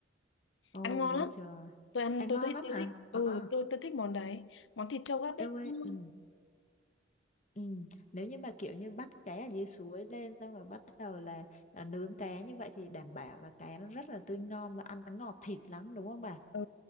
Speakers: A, on the left; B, on the left.
A: Ồ
B: ăn ngon lắm
A: trời.
B: tôi ăn
A: À ngon
B: tôi tôi,
A: lắm
B: tôi
A: hả?
B: thích
A: À,
B: ừ tôi tôi thích món đấy món thịt trâu gác bếp
A: eo ơi,
B: cũng ngon
A: ừ, ừ. Nếu như mà kiểu như bắt cá ở dưới suối lên xong rồi bắt đầu là, là nướng cá như vậy thì đảm bảo là cá nó rất là tươi ngon và ăn nó ngọt thịt lắm đúng không bà?
B: ừ